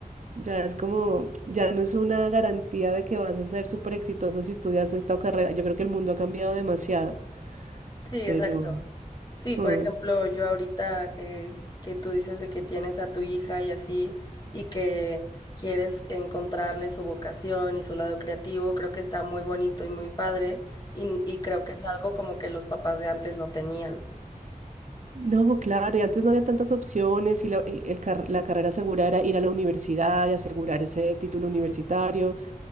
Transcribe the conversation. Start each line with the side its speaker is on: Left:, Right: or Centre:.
Right: Ya es como, ya no es una garantía de que vas a ser súper exitoso si estudias esta carrera. Yo creo que el mundo ha cambiado demasiado,
Left: Sí,
Right: pero...
Left: exacto. Sí, por
Right: ujú.
Left: ejemplo, yo ahorita eh, que tú dices de que tienes a tu hija y así, y que quieres encontrarle su vocación y su lado creativo, creo que está muy bonito y muy padre, y, y creo que es algo como que los papás de antes no tenían.
Right: No, claro, y antes no había tantas opciones y la, y el car- la carrera segura era ir a la universidad y asegurar ese título universitario,